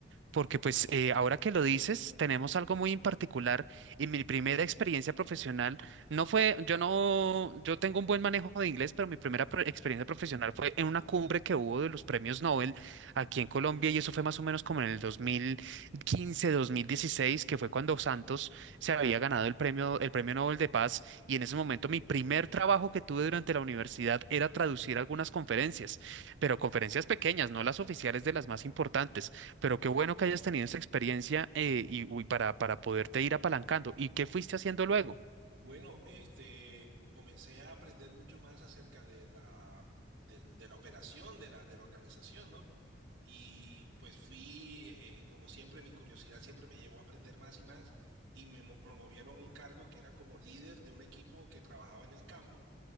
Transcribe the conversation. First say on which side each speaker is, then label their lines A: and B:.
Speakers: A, on the right (about 70°); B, on the right (about 85°).
A: porque pues eh, ahora que lo dices, tenemos algo muy en particular y mi primera experiencia profesional no fue, yo no, yo tengo un buen manejo de inglés, pero mi primera pro- experiencia profesional fue en una cumbre que hubo de los premios Nobel aquí en Colombia y eso fue más o menos como en el 2015, 2016, que fue cuando Santos se había ganado el premio, el premio Nobel de Paz y en ese momento mi primer trabajo que tuve durante la universidad era traducir algunas conferencias, pero conferencias pequeñas, no las oficiales de las más importantes. Pero qué bueno que hayas tenido esa experiencia eh, y uy, para, para poderte ir apalancando. ¿Y qué fuiste haciendo luego?
B: Bueno, este, comencé a aprender mucho más acerca de la, del- de la operación, de la, de la organización, ¿no? Y pues fui, eh, como siempre, mi curiosidad siempre me llevó a aprender más y más y me mo- promovieron a un cargo que era como líder de un equipo que trabajaba en el campo